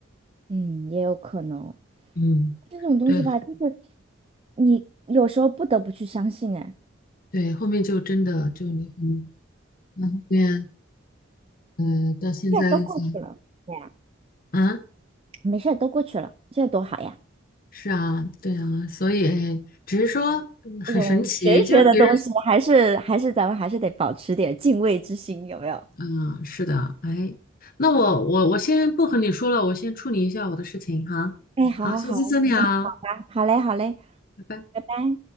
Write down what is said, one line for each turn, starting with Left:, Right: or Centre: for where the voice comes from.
Right: 嗯也有可能
Left: 嗯，
Right: 这种东西吧，
Left: 对
Right: 就是你有时候不得不去相信，哎，
Left: 对，后面就真的就离婚，那后面呃到现在才
Right: 这都过去了。对
Left: 啊，
Right: 没事儿，都过去了，这多好呀！
Left: 是啊，对啊，所以只是说嗯很神奇，
Right: 这种玄学的东西，
Left: 就是别人
Right: 还是还是咱们还是得保持点敬畏之心，有没有？
Left: 嗯、是的，哎，那我我我先不和你说了，我先处理一下我的事情哈，
Right: 哎，好好好，
Left: 好，下次再聊，
Right: 好嘞，好嘞，
Left: 拜拜。
Right: 拜拜。